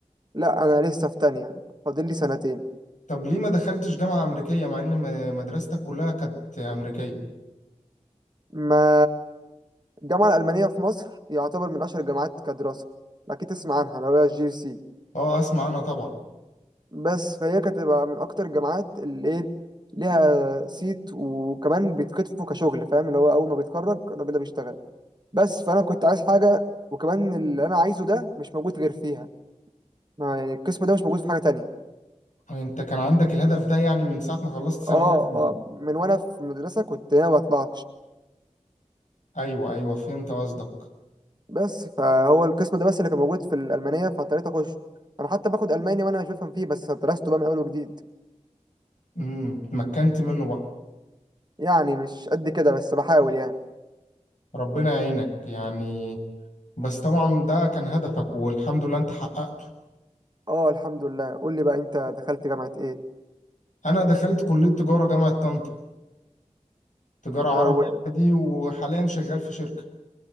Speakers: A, on the right; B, on the left.
A: لا انا لسه في تانية فاضل لي سنتين
B: طب ليه ما دخلتش جامعة امريكية مع ان م- مدرستك كلها كانت امريكية
A: ما الجامعة الألمانية في مصر يعتبر من أشهر الجامعات كدراسة أكيد تسمع عنها لو هي الجي سي
B: اه اسمع عنها طبعا
A: بس فهي كانت تبقى من أكتر الجامعات اللي إيه ليها صيت وكمان بيتكتفوا كشغل فاهم اللي هو أول ما بيتخرج الراجل ده بيشتغل بس فأنا كنت عايز حاجة وكمان اللي أنا عايزه ده مش موجود غير فيها ما- يعني القسم ده مش موجود في حاجة تانية
B: انت كان عندك الهدف ده يعني من ساعة ما خلصت ثانوية
A: اه
B: عامة.
A: اه من وأنا في مدرسة كنت ناوي أطلع
B: ايوه ايوه فهمت قصدك
A: بس فهو القسم ده بس اللي كان موجود في الألمانية فاضطريت أخش أنا حتى باخد ألماني وأنا مش بفهم فيه بس درسته بقى من أول وجديد
B: امم اتمكنت منه بقى
A: يعني مش قد كده بس بحاول يعني
B: ربنا يعينك يعني بس طبعا ده كان هدفك والحمد لله انت حققته
A: اه الحمد لله قول لي بقى أنت دخلت جامعة إيه
B: انا دخلت كلية تجارة جامعة طنطا تجارة عربي
A: آه، و-
B: عادي وحاليا شغال في شركة